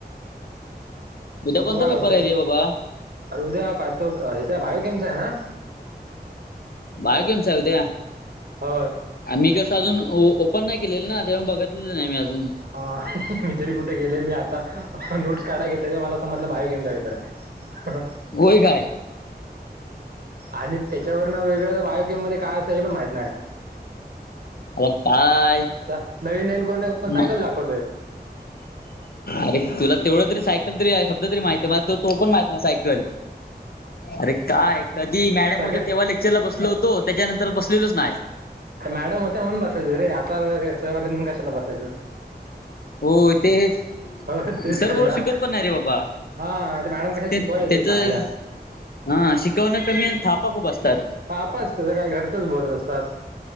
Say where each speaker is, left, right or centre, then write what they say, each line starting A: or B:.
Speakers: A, on the left; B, on the right.
A: तदा
B: तू
A: कोणता
B: काय करतोय
A: पेपर आहे र बाबा.
B: अरे उद्या पाहतो ह्याचा बायोकेमचा आहे ना
A: भाय केम स आहे उद्या
B: हो
A: मी कसं अजून ओपन नाही केलेलं ना तेव बघितलेलं नाही मी अजून
B: हा मी तरी कुठे गेले मी आता नोट्स काढा घेत मला समजलं बायोगेमचा वेपर आहे ह
A: होय काय
B: आणि त्याच्यावर न वेगळ्या बायोकेम मध्ये काय अस हे पण माहित नाही
A: अ काय
B: आता नवीन नवीन कोण कोण सायकल
A: म
B: दाखवतोय
A: अरे तुला तेवढं तरी साय साय तरी शब्द तरी माहित आहे मला त तो पण माहती ना सायकल अरे काय कधी मॅडम
B: सगळ्या
A: होते तेव्हा लेक्चरला बसल होतो त्याच्यानंतर बसलेलच नाही
B: मॅडम होत्या म्हणून बसायच रे आता स आलेणून कशाला बसायचं
A: हो ते हेच
B: हो तेच
A: सर
B: झालं
A: बरोबर
B: ना
A: शिकत पण नाही रे बाबा
B: हा ते मॅडम कशा
A: त्यांचं
B: शिकवायच्या चांगल्या
A: हा शिकवणं कमी आणि थापा खूप असतात
B: थाप असते काय घरचच बोलत असतात